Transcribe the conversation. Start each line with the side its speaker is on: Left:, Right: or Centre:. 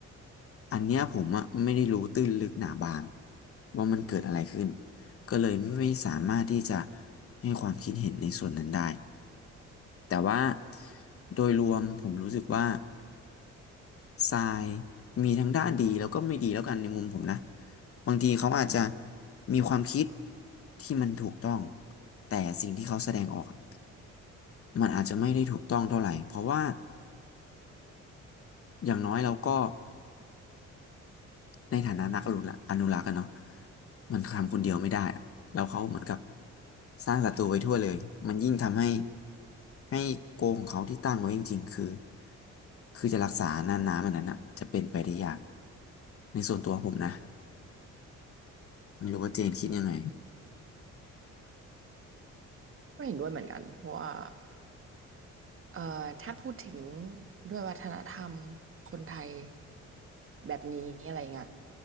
Left: อันเนี้ยผมอะไม่ได้รู้ตื้นลึกหนาบางว่ามันเกิดอะไรขึ้นก็เลยไม่สามารถที่จะให้ความคิดเห็นในส่วนนั้นได้แต่ว่าโดยรวมผมรู้สึกว่าทรายมีทั้งด้านดีแล้วก็ไม่ดีแล้วกันในมุมผมนะบางทีเขาอาจจะมีความคิดที่มันถูกต้องแต่สิ่งที่เขาแสดงออกอะมันอาจจะไม่ได้ถูกต้องเท่าไหร่เพราะว่าอย่างน้อยเราก็ ในฐานะนักอนุรักษ์อนุรักษ์อะเนาะมันทำคนเดียวไม่ได้อะแล้วเขาเหมือนกับสร้างศัตรูไว้ทั่วเลยมันยิ่งทำให้ให้โกของเขาที่ตั้งไว้จริงๆคือคือจะรักษาน่านน้ำอันนั้นอะจะเป็นไปได้ยากในส่วนตัวผมนะไม่รู้ว่าเจนคิดยังไง
Right: ไม่เห็นด้วยเหมือนกันเพราะว่า เอ่อถ้าพูดถึงด้วยวัฒนธรรมคนไทยแบบนี้อะไรเงี้ย